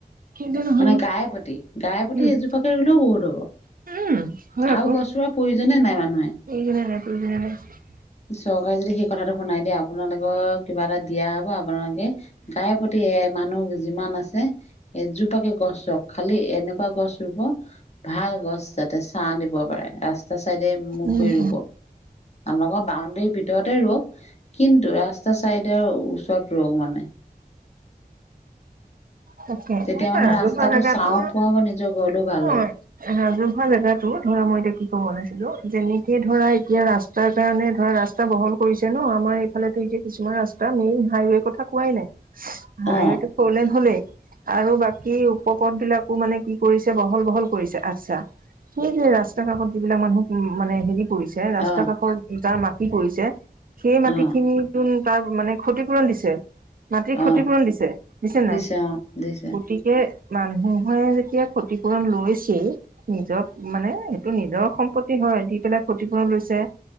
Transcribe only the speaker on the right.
কেলে নহয়নো
উম
উম হয় আকৌ
প্ৰয়োজনে নাই, প্ৰয়োজনে নাই।
উম
তাকে!
এনেকুৱা
ৰাজহুৱা
জেগাটো
<unintelligible>
ৰাজহুৱা জেগাতো ধৰা মই এতিয়া কি কব ওলাইছিলো যেনেকে ধৰা এতিয়া ৰাস্ত তাৰ কাৰণে ধৰা ৰাস্তা বহল কৰিছে ন, আমাৰ এইফালেটো এতিয়া কিছুমান ৰাস্তা মেইন হাইৱেৰ কথা কোৱাই নাই। হাইৱেটো
ফৰলেন হলেই। আৰু বাকী উপপথ বিলাকো মানে কি কৰিছে বহল বহল কৰিছে। আটচ্ছা! সেই যে ৰাস্তা কাষত যিবিলাক মানুহ উ মানে হেৰি কৰিছে ৰাস্তা
কাষত যাৰ মাটি পৰিছে, সেই মাটি
খিনি তোন তাৰ মানে ক্ষতিপূৰণ দিছে, মাটিৰ ক্ষতিপূৰণ
দিছে দিছে নাই?
গতিকে মানুহে যেতিয়া ক্ষতিপুৰণ লৈছেই। নিজৰ মানে এইটো নিজৰ সম্পত্তি হয় দি পেলাই ক্ষতিপূৰণ লৈছে।